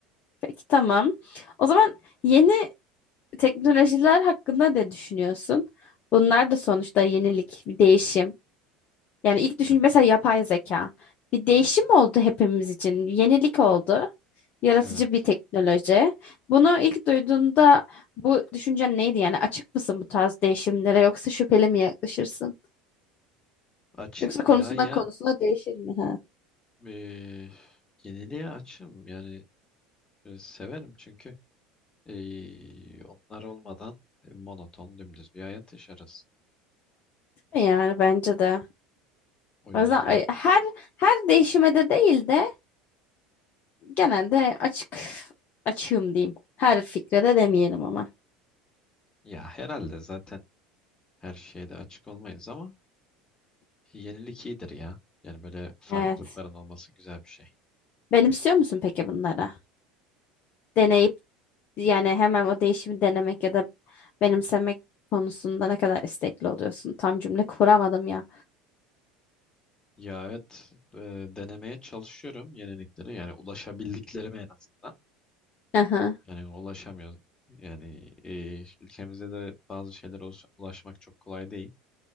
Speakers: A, on the left; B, on the left.
A: Peki tamam. O zaman yeni teknolojiler hakkında ne düşünüyorsun? Bunlar da sonuçta yenilik, bir değişim. Yani ilk düşün
B: Evet.
A: mesela yapay zeka. Bir değişim oldu hepimiz için. Yenilik oldu. Yaratıcı
B: evet.
A: bir teknoloji. Bunu ilk duyduğunda bu düşüncen neydi? Yani açık mısın bu tarz değişimlere yoksa şüpheli mi yaklaşırsın?
B: Açığım
A: Yoksa konusundan
B: ya ya
A: konusuna değişir mi? Ha?
B: e, yeniliğe açığım. Yani e, severim çünkü e, onlar olmadan e, monoton dümdüz bir hayat yaşarız.
A: Değil mi Yani bence de.
B: O yüzden
A: O yüzden ay- her her değişime de değil de genelde açık açığım diyeyim. Her fikre de demeyelim ama.
B: ya herhalde zaten her şeyde açık olmayız ama yenilik iyidir ya. Yani böyle farklılıkların
A: Evet.
B: olması güzel bir şey.
A: Benimsiyor musun peki bunları? deneyip yani hemen o değişimi denemek ya da benimsemek konusunda ne kadar istekli oluyorsun? Tam cümle kuramadım ya.
B: Ya evet e, denemeye çalışıyorum yeniliklere yani ulaşabildiklerime en azından.
A: Aha,
B: Yani ulaşamıyor. Yani e, ülkemizde de bazı şeylere ulaş- ulaşmak çok kolay değil.